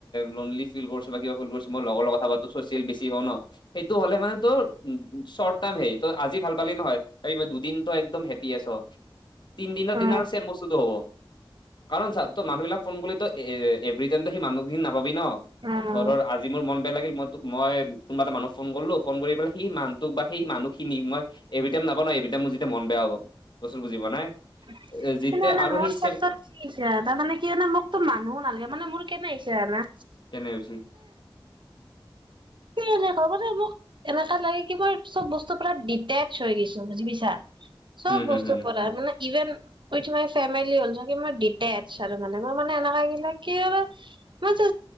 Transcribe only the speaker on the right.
উম,
উম,
<unintelligible>
কিন্তু মানে
মোৰ
ক্ষেত্ৰত
কি হৈছে মানে কি হয়ানে মোকতো মানুহো নালাগে মানে মোৰ কেনে হৈছো জানা না
এনেকুৱা মানে মোক এনেকা লাগে কি ব চব বস্তু পৰা ডিটেচ হৈ গৈছো বুজি পিছা চব
বস্তু
পৰা মানে even with my family also কি মই ডিটেচ আৰু মানে মই মানে কিয় বা মটো